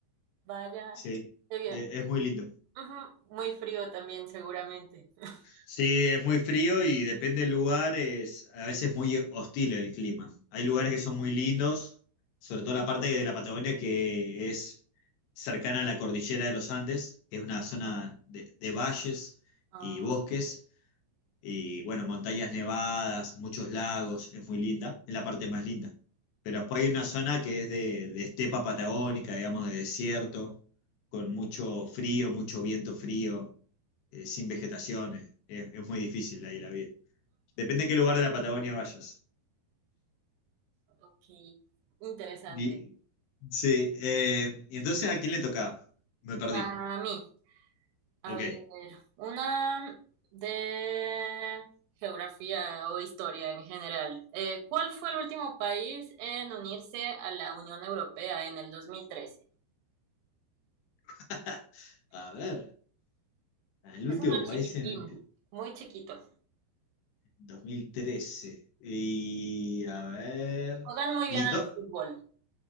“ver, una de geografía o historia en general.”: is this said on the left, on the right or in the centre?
Right